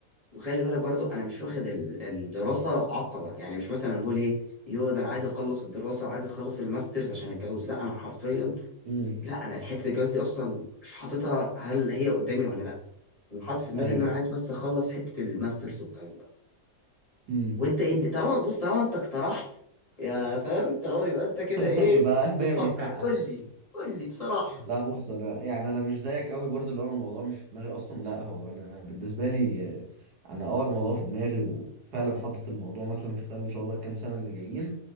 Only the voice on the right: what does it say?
امم
ايوه
امم
<laughs>
يبقى ناوي
<laughs>
لا بص انا يعني انا مش زيك قوي برضو اللي هو الموضوع مش في دماغي اصلا لا هو انا بالنسبه لي آه، انا اه الموضوع في دماغي وفعلا حاطط الموضوع مثلا في خلال ان شاء الله الكام سنه اللي جايين